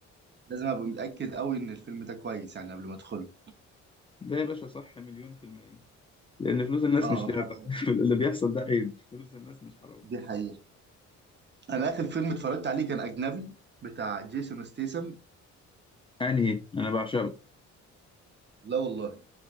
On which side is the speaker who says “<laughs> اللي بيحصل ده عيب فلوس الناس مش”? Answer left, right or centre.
Left